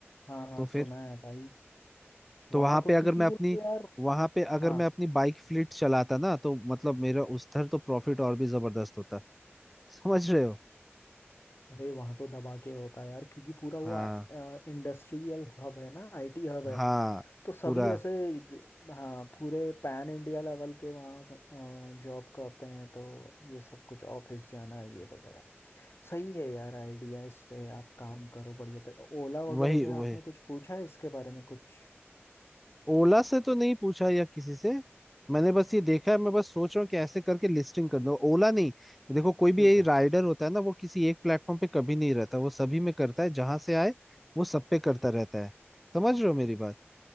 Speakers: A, on the left (about 60°); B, in the centre.
A: हाँ हाँ
B: तो फिर
A: सुना है भाई
B: तो
A: वहाँ
B: वहां
A: तो
B: पे अगर
A: क्योंकि
B: मैं
A: वो
B: अपनी
A: तो यार
B: वहां पे अगर
A: हाँ
B: मैं अपनी बाइक फ्लीट चलाता ना तो मतलब मेरा उधर तो प्रॉफिट और भी जबरदस्त होता समझ रहे हो
A: अरे वहाँ तो दबा के होता है यार क्योंकि पूरा वो
B: हाँ
A: इंडस्ट्रियल हब है ना आईटी हब है
B: हाँ
A: तो सभी
B: पूरा
A: ऐसे ग- हाँ पूरे पैन इंडिया लेवल के वहाँ जॉब करते हैं तो ये सब कुछ ऑफिस जाना ये वगैरह सही है यार आइडिया इस पे आप काम करो बढ़िया तो ओला वगैरह
B: वही
A: से
B: वही
A: आपने कुछ पूछा है इसके बारे में कुछ
B: ओला से तो नहीं पूछा या किसी से मैंने बस ये देखा है मैं बस सोच रहा हूँ कि ऐसे करके लिस्टिंग कर दो ओला नहीं देखो कोई
A: ठीक
B: भी यही
A: है
B: राइडर होता है ना वो किसी एक प्लेटफॉर्म पे कभी नहीं रहता वो सभी में करता है जहां से आए वो सब पे करता रहता है समझ रहे हो मेरी बात